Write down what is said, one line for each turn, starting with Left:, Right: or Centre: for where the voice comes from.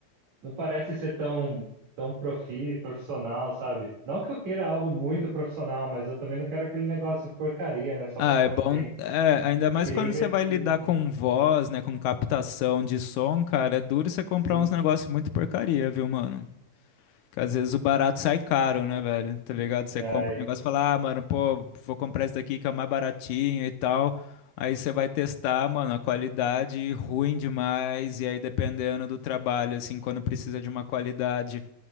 Right: não parece ser tão, tão profi, profissional, sabe? Não que eu queira algo muito profissional, mas eu também não quero aquele negócio porcaria, né? Só
Left: Ah,
Right: pra falar
Left: é bom,
Right: que tem.
Left: é, ainda mais
Right: Queria
Left: quando
Right: investir,
Left: você vai lidar com voz, né, com captação de som, cara, é duro você comprar
Right: sim.
Left: uns negócios muito porcaria, viu, mano? Porque às vezes o barato sai caro, né, velho? Tá ligado? Você
Right: Ai,
Left: compra um negócio e fala, ah, mano, pô, vou comprar esse daqui que é o mais baratinho e tal. Aí você vai testar, mano, a qualidade ruim demais, e aí dependendo do trabalho, assim, quando precisa de uma qualidade